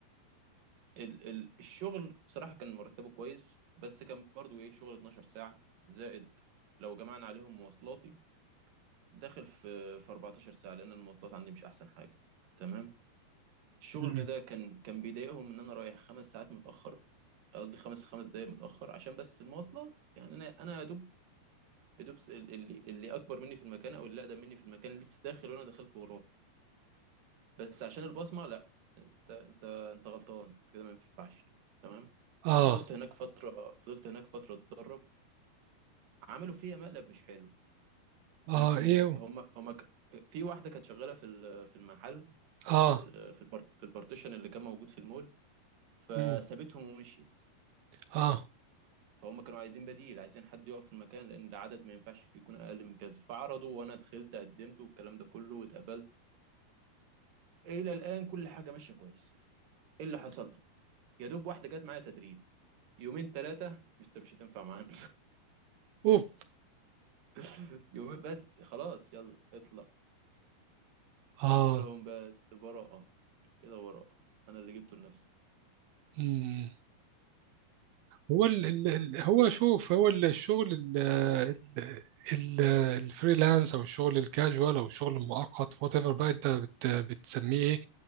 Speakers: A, on the right; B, on the right.
A: ال ال الشغل صراحة كان مرتبه كويس بس كان برضو ايه شغل 12 ساعة زائد لو جمعنا عليهم مواصلاتي داخل في في 14 ساعة لأن المواصلات عندي مش أحسن حاجة تمام الشغل
B: مم.
A: ده كان كان بيضايقهم إن أنا رايح خمس ساعات متأخر قصدي خمس خمس دقايق متأخر عشان بس المواصلات يعني أنا أنا يا دوب يا دوب س- اللي اللي أكبر مني في المكان أو اللي أقدم مني في المكان لسه داخل وأنا دخلت وراه بس عشان البصمه لا انت انت انت غلطان انت كده ما ينفعش تمام
B: اه
A: فضلت هناك فتره فضلت هناك فتره اتدرب عملوا فيها مقلب مش حلو
B: اه
A: انتوا
B: ايه
A: هم هم ك... في واحده كانت شغاله في ال- في المحل او
B: اه
A: في ال... في البارت... في البارتيشن اللي كان موجود في المول فسابتهم
B: مم.
A: ومشيت
B: اه
A: فهم كانوا عايزين بديل عايزين حد يقف في المكان لان العدد ما ينفعش يكون اقل من كذا فعرضوا وانا دخلت قدمت والكلام ده كله واتقبلت الى الان كل حاجه ماشيه كويس ايه اللي حصل يا دوب واحده جت معايا تدريب يومين ثلاثة مش مش هتنفع معانا
B: اوف
A: <laughs> يومين بس خلاص يلا اطلع
B: اه
A: قلت لهم بس براءة كده براءة أنا اللي جبته لنفسي
B: مم. هو ال ال ال- هو شوف هو ال- الشغل ال ال ال- الفريلانس او الشغل الكاجوال او الشغل المؤقت وات ايفر بقى انت بت بتسميه ايه